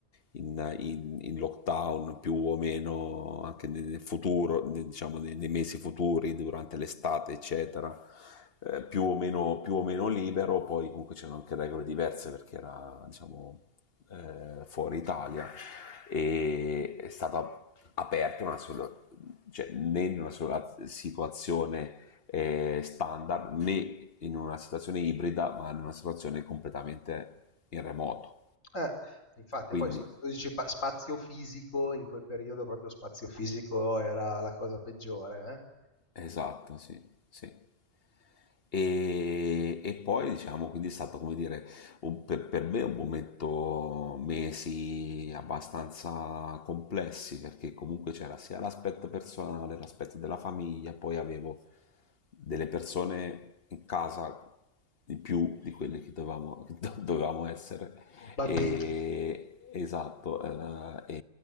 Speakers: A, on the left (about 50°); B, on the left (about 85°).
A: in, in- in lockdown più o meno anche nel nel futuro, ne- diciamo nei, nei mesi futuri, durante l'estate, eccetera, eh, più o meno, più o meno libero, poi comunque c'erano anche regole diverse perché era, diciamo, eh, fuori Italia e è stata aperta una sola, cioè, né in una sola situazione eh, standard né in una situazione ibrida, ma in una situazione completamente in remoto.
B: Eh, infatti
A: Quindi
B: poi se tu dici pa- spazio fisico, in quel periodo proprio spazio fisico era la cosa peggiore, eh?
A: Esatto, sì, sì. E, e poi diciamo, quindi è stato come dire, un- per, per me un momento, mesi abbastanza complessi, perché comunque c'era sia l'aspetto personale, l'aspetto della famiglia, poi avevo delle persone in casa di più di quelle che dovevamo, <laughs> che do- dovevamo essere.
B: Bambini.
A: E, esatto, era- e